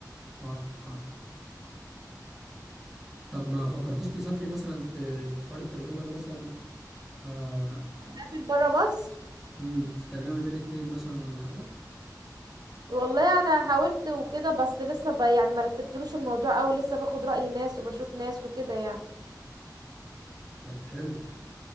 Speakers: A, in the centre; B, on the right.
A: صح صح طب ما فكرتيش تسافري مثلا ت- في حوار الترجمة ده مثلا آه
B: هسافر برا مصر
A: امم ترجمة بين اتنين مثلا ولا حاجة
B: والله انا حاولت وكده بس لسه ب... يعني مرتبتلوش الموضوع اوي لسه باخد رأي ناس وبشوف ناس وكده يعني
A: طب حلو